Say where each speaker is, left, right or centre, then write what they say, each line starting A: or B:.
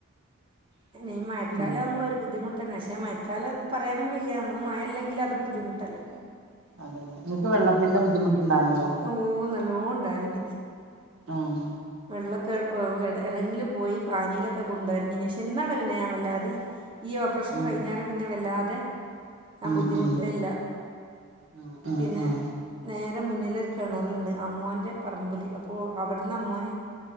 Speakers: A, on the right; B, on the right.
A: പിന്നെ ഈ മഴക്കാല
B: പിന്നെ
A: ആകുമ്പോ ഒരു ബുദ്ധിമു ട്ടെന്നെ, പക്ഷേ മയക്കാല പറയാനും വയ്യ നമ്മൾ മഴ ഇല്ലെങ്കില് അതും ബുദ്ധിമുട്ടല്ലേ.
B: അതെ, ഇങ്ങക്ക് വെള്ളത്തിന്റെ ബുദ്ധിമുട്ടുണ്ടാവലിണ്ടോ.
A: ഓ നല്ലോം ഇണ്ടാവലണ്ട്.
B: ആഹ്.
A: വെള്ളൊക്കെ എവടേങ്കിലൊക്കെ പോയി, പാനീയിലൊക്കെ കൊണ്ടരേണ്ടിനി, ശെ ഇന്നാ പിന്നെ ഞാൻ വല്ലാതെ ഈ ഓപ്പറഷൻ
B: ആഹ്
A: കഴിഞ്ഞേര പിന്നെ വല്ലാതെ, ആ
B: ഉം
A: ബുദ്ധിമുട്ടേല്ല.
B: ഉം ആഹ്
A: പിന്നെ
B: ആഹ്
A: നേരെ മുന്നിലൊരു കെണറ്ണ്ട് അമ്മോന്റെ പറമ്പില് അപ്പോ അവിടന്ന് അമ്മോന്